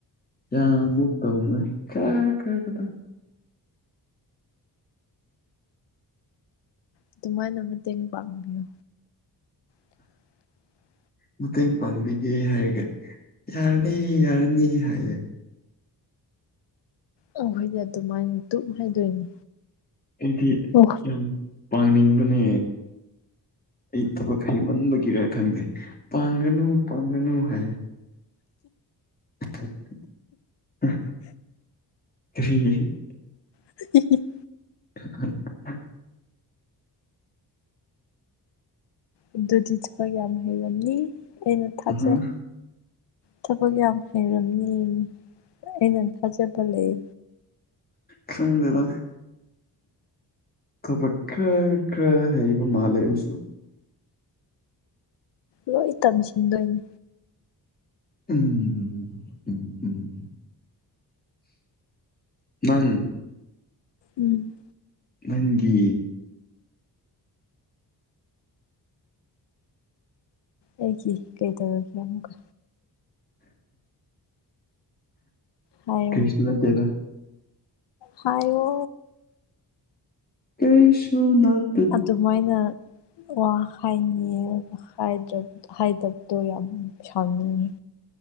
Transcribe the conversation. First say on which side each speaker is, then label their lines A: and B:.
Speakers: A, on the left; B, on the left.
A: ꯌꯥꯝ ꯃꯨꯛ ꯇꯧꯅ ꯀ ꯀꯗꯕ
B: ꯑꯗꯨꯃꯥꯏꯅ ꯃꯇꯦꯡ ꯄꯥꯡꯕꯤꯌꯨ <inaudible>
A: ꯃꯇꯦꯡ ꯄꯥꯡꯕꯤꯒꯦ ꯍꯥꯏꯔꯒ ꯌꯥꯔꯅꯤ ꯌꯥꯔꯅꯤ ꯍꯥꯏꯌꯦ
B: ꯑ ꯑꯩꯣꯏꯗꯤ ꯑꯗꯨꯃꯥꯏꯅ ꯇꯨꯞ ꯍꯥꯏꯗꯣꯏꯅꯤ
A: ꯑꯩꯗꯤ
B: ꯑꯣ
A: ꯌꯥꯝ ꯄꯥꯡꯅꯤꯡꯕꯅꯦ ꯑꯩ ꯊꯕꯛ ꯍꯩꯃꯟꯕꯒꯤꯔ ꯈꯪꯗꯦ ꯄꯥꯡꯒꯅꯨ ꯄꯥꯡꯒꯅꯨ ꯍꯥꯏ꯫ <unintelligible>
B: <inaudible>
A: <unintelligible>
B: ꯑꯗꯨꯗꯤ ꯊꯕ ꯀꯌꯥꯝ ꯍꯩꯒꯅꯤ ꯑꯩꯅ ꯊꯥꯖꯩ
A: ꯑꯍ
B: ꯊꯕꯛ ꯌꯥꯝ ꯍꯩꯔꯝꯃꯤ ꯑꯩꯅ ꯊꯥꯖꯕ ꯂꯩ
A: ꯈꯪꯗꯦꯗ ꯊꯕꯛ ꯈꯔ ꯈꯔ ꯍꯩꯕ ꯃꯥꯜꯂꯦ ꯑꯩꯁꯨ
B: ꯂꯣꯏ ꯇꯝꯁꯤꯟꯗꯣꯏꯅꯦ
A: ꯎꯝ ꯎꯝ ꯎꯝ ꯅꯪ
B: ꯎꯝ
A: ꯅꯪꯒꯤ
B: ꯑꯩꯒꯤ ꯀꯩꯇꯧꯔꯒꯦ ꯑꯃꯨꯛꯀ ꯍꯥꯏꯌꯨ
A: ꯀꯔꯤꯁꯨ ꯅꯠꯇꯦꯗ
B: ꯍꯥꯢꯌꯣ
A: ꯀꯔꯤꯁꯨꯅꯠ
B: ꯑꯗꯨꯃꯥꯏꯅ ꯋꯥ ꯍꯥꯏꯅꯤꯉꯦ ꯍꯥꯏꯗ꯭ꯔꯕ ꯍꯥꯏꯗꯕꯇꯣ ꯌꯥꯝ ꯁꯥꯎꯅꯤꯡꯉꯤ